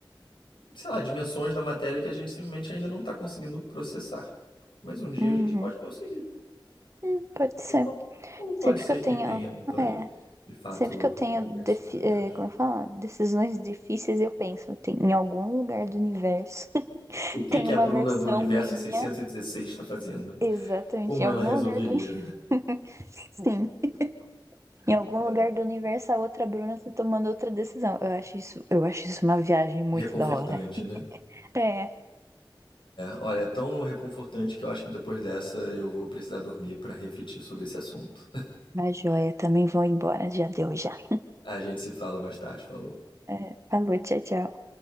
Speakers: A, on the left; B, on the right.
A: sei lá, dimensões da matéria que a gente simplesmente ainda não está conseguindo processar. Mas um dia
B: Uhum,
A: a gente pode conseguir,
B: hum, pode ser.
A: ou não. Ou pode
B: Sempre
A: ser
B: que eu
A: que
B: tenho,
A: tenha um plane-
B: é,
A: de fato
B: sempre que eu tenho,
A: um universo
B: defi-
A: paralelos.
B: é, como eu falo, decisões difíceis, eu penso, tem, em algum lugar do universo <laughs>
A: O que
B: tem
A: que
B: uma
A: a Bruna
B: versão
A: do universo
B: minha,
A: 616 está fazendo?
B: exatamente,
A: Como
B: em algum
A: ela resolveria?
B: lugar do universo. <laughs> Em algum lugar do universo, a outra Bruna tá tomando outra decisão. Eu acho isso, eu acho isso uma viagem muito
A: Reconfortante,
B: da hora.
A: né?
B: É,
A: Olha, é tão reconfortante que eu acho que depois dessa eu vou precisar dormir para refletir sobre esse assunto. <laughs>
B: mas joia, também vou embora, já deu já.
A: A gente se fala mais tarde, falou.
B: É, falou, tchau, tchau.